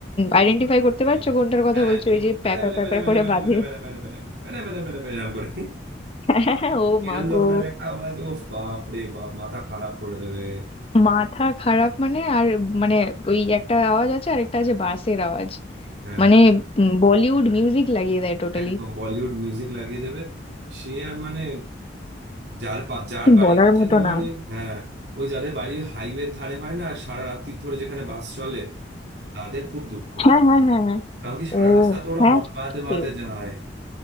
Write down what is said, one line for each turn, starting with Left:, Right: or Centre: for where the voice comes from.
Left: আইডেন্টিফাই করতে পারছো
Right: হুম
Left: কোনটার কথা
Right: হ্যাঁ
Left: বলছো
Right: ওই
Left: ওই যে
Right: প্যারা
Left: প্যা প্যা
Right: প্যারা
Left: প্যা
Right: প্যারা
Left: প্যা
Right: প্যারা
Left: করে
Right: প্যারা
Left: বাজে
Right: প্যারা প্যারা প্যারা প্যারা প্যারা প্যারা প্যারা এরম করে
Left: <laughs> হ্যাঁ ও
Right: এরম
Left: মা
Right: ধরনের
Left: গো
Right: একটা আওয়াজ ও বাপ রে বাপ মাথা খারাপ করে দেবে
Left: মাথা খারাপ মানে আর মানে ওই একটা আওয়াজ আছে আর একটা আছে বাসের আওয়াজ
Right: হ্যাঁ
Left: মানে উম, বলিউড মিউজিক লাগিয়ে দেয় টোটালি
Right: একদম বলিউড মিউজিক লাগিয়ে দেবে সে আর মানে যার পা- যার বাড়ি
Left: বলার
Right: হচ্ছে
Left: মতো
Right: তোমার
Left: না
Right: ওই হ্যাঁ ওই যাদের বাড়ি হাইওয়ের ধারে হয় না আর সারা রাত্রির ধরে যেখানে বাস চলে তাদের খুব দুঃখ
Left: হ্যাঁ হ্যাঁ হ্যাঁ হ্যাঁ
Right: কারণ কি সারা
Left: ও
Right: রাস্তা তো ওরা
Left: হ্যাঁ
Right: হর্ন বাজাতে বাজাতে
Left: এ-
Right: যায়